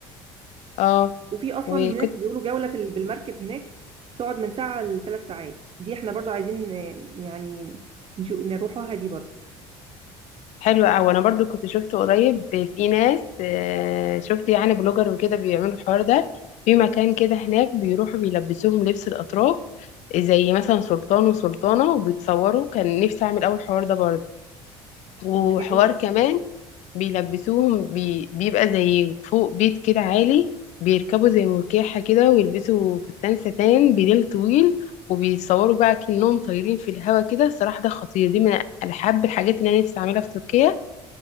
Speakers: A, on the left; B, on the right.
A: اه
B: وفي اصلا
A: وكنت
B: هناك بيقولوا جولة في ال- بالمركب هناك بتقعد من ساعة لثلاث ساعات دي احنا برضو عايزين آه، يعني نشو نروحوها دي برضو
A: حلوة أوي أنا برضو كنت شفت قريب في ناس آه، شفت يعني بلوجر وكده بيعملوا الحوار ده في مكان كده هناك بيروحوا بيلبسوهم لبس الأتراك زي مثلا سلطان وسلطانة وبيتصوروا كان نفسي أعمل أول حوار ده برضه وحوار
B: طب ده جميل ده
A: كمان بيلبسوهم بي... بيبقى زي فوق بيت كده عالي بيركبوا زي مركاحة كده ويلبسوا فستان ستان بديل طويل وبيتصوروا بقى كأنهم طايرين في الهوا كده الصراحة ده خطير دي من أحب الحاجات اللي أنا نفسي أعملها في تركيا